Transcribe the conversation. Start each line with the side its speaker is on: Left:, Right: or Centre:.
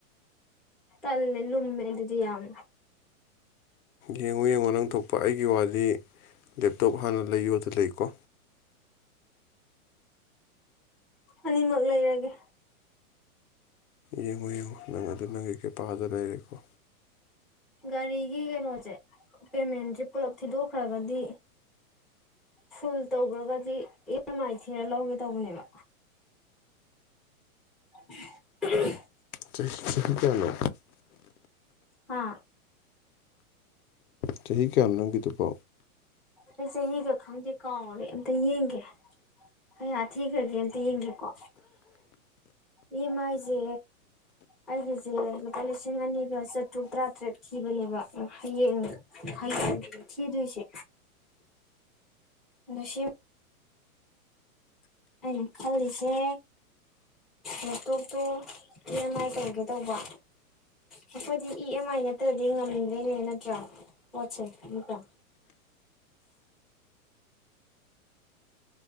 Centre: ꯇꯜꯂꯦ ꯂꯨꯝꯃꯦ ꯑꯗꯨꯗꯤ ꯌꯥꯝ
Left: ꯌꯦꯡꯉꯣ ꯌꯦꯡꯉꯣ ꯅꯪ ꯊꯣꯛꯄ ꯑꯩꯒꯤ ꯋꯥꯗꯤ ꯂꯦꯞꯇꯣꯞ ꯍꯥꯟꯅ ꯂꯩꯌꯣꯗ ꯂꯩꯀꯣ꯫
Centre: ꯑꯅꯤꯃꯛ ꯂꯩꯔꯒꯦ
Left: ꯌꯦꯡꯉꯣ ꯌꯦꯡꯉꯣ ꯅꯪ ꯑꯗꯨ ꯅꯪ ꯀꯦꯄꯥꯗ ꯂꯩꯔꯦꯀꯣ
Centre: ꯒꯥꯔꯤꯒꯤ ꯀꯩꯅꯣꯁꯦ ꯄꯦꯃꯦꯟꯁꯦ ꯄꯨꯂꯞ ꯊꯤꯗꯣꯛꯈ꯭ꯔꯒꯗꯤ ꯐꯨꯜ ꯇꯧꯒꯔꯒꯗꯤ ꯏ ꯑꯦꯝ ꯑꯥꯏ ꯊꯤꯔ ꯂꯧꯒꯦ ꯇꯧꯕꯅꯦꯕ <unintelligible>
Left: ꯆꯍꯤ ꯆꯍꯤ ꯀꯌꯥꯅꯣ
Centre: ꯍꯥ
Left: ꯆꯍꯤ ꯀꯌꯥꯅꯣ ꯅꯪꯒꯤꯗꯨꯕꯣ
Centre: ꯑꯩ ꯆꯍꯤꯒ ꯈꯪꯗꯦ ꯀꯥꯎꯔꯦ ꯑꯝꯇ ꯌꯦꯡꯒꯦ ꯀꯌꯥ ꯊꯤꯈ꯭ꯔꯒꯦ ꯇ ꯌꯦꯡꯒꯦꯀꯣ ꯏ ꯑꯦꯝ ꯑꯏꯖꯦ ꯑꯩꯒꯤꯁꯦ ꯂꯨꯄꯥ ꯂꯤꯁꯤꯡ ꯑꯅꯤꯒ ꯆꯥꯇ꯭ꯔꯨꯛ ꯇꯔꯥꯇꯔꯦꯠ ꯊꯤꯕꯅꯦꯕ ꯍꯌꯦꯡ ꯍꯌꯦꯡ ꯊꯤꯗꯣꯏꯁꯦ <unintelligible> ꯑꯩꯅ ꯈꯜꯂꯤꯁꯦ ꯂꯦꯞꯇꯣꯞꯇꯣ ꯏ ꯑꯦꯝ ꯑꯥꯏ ꯇꯧꯒꯦ ꯇꯧꯕ ꯑꯩꯈꯣꯏꯗꯤ ꯏ ꯑꯦꯝ ꯑꯥꯏ ꯅꯠꯇ꯭ꯔꯗꯤ ꯉꯝꯗ꯭ꯔꯦꯅꯦ ꯅꯠꯇ꯭ꯔ ꯄꯣꯠ ꯁꯦ ꯅꯠꯇꯔ